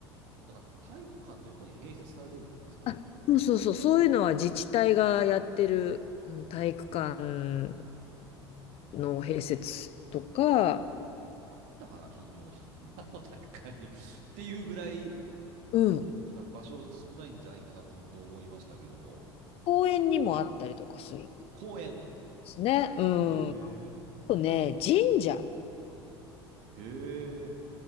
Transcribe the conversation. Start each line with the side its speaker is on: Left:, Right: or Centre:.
Right: なんか体育館の横に併設されてるんですかね。
Left: あそうそうそう、そういうのは自治体がやってる、うん体育館の併設とか、
Right: あったかな、近所の <laughs> あの体育館に。っていうぐらい、
Left: うん、
Right: なんか多分場所少ないんじゃないかなと本当思いましたけども。
Left: 公園にもあったりとかするんで
Right: 公園。
Left: すね。うん。
Right: へ
Left: あ
Right: え。
Left: とね、神社。
Right: へえ、